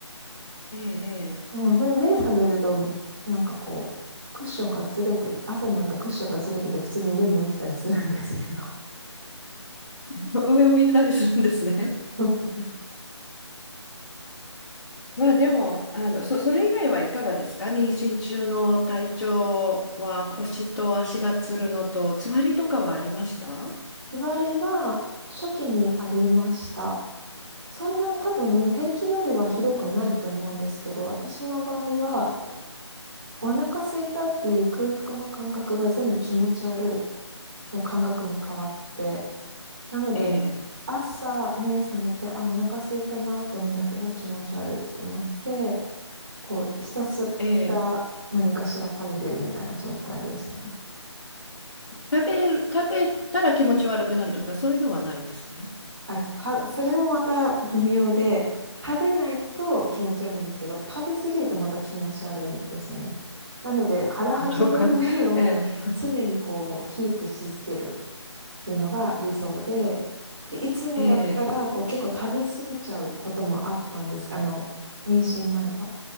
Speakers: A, on the left (about 80°); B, on the right (about 40°).
A: ええ、え
B: でも、目目覚めると、
A: え。で
B: なんかこう、クッションがずれて、朝になるとクッションがずれてて、普通に上向いてたりするんですけど。
A: も、<laughs> 上向いたりするんですね。
B: <laughs>
A: まあでも、あの、そ、それ以外はいかがですか妊娠中の体調は腰と足がつるのと、つわりとかはありました
B: 座りは初期にありました。そんな多分平均よりはひどくないと思うんですけど、私の場合はお腹空いたっていう空腹の感覚が全部気持ち悪いの感覚に変わって、なので、
A: ええ、
B: 朝目覚めて、あ、お腹空いたなって思うんじゃなくて、うわ、気持ち悪いって思って、こう、ひたすら何かしら食べてるみたいな状態でしたね。
A: ええ。食べる、食べたら気持ち悪くなるとか、そういうのはないんですね。
B: あ、た、それもまた微妙で、食べないと気持ち悪いんですけど、食べ過ぎるとまた気持ち悪いんですよね。なので、腹八分目を常にこう、
A: そうか。<laughs> ええ
B: キープし続ける。いうのが理想で、でいつもだったらこう結構食べ過ぎちゃうこともあったんです。
A: ええ、
B: あの、妊娠前は。